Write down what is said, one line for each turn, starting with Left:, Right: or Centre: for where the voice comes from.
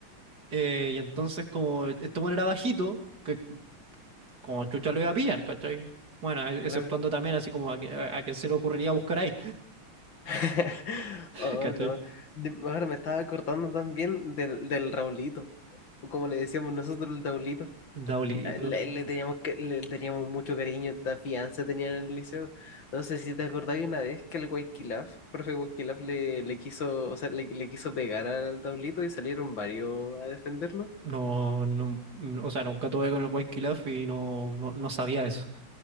Right: Eh, y entonces, como este bueno era bajito, que como chucha lo iba a pillar, ¿cachai? Bueno, e-
Left: Claro.
Right: exceptuando también así como a, que- a, a quien se le ocurriría buscar ahí,
Left: <laughs>
Right: <laughs>
Left: Oh,
Right: ¿cachai?
Left: no. De- Ahora me estaba acordando también del, del Raulito, o como le decíamos nosotros, el Raulito.
Right: Daulito.
Left: eh, Le, le teníamos que, le teníamos mucho cariño, esta fianza tenían en el liceo. No sé si te acordáis una vez que el Waikilaf, profe Waikilaf, le, le quiso, o sea, le, le quiso pegar al tablito y salieron varios a defenderlo.
Right: No, no, mm, o sea, nunca tuve con el White Kilaf y no, no, no sabía eso,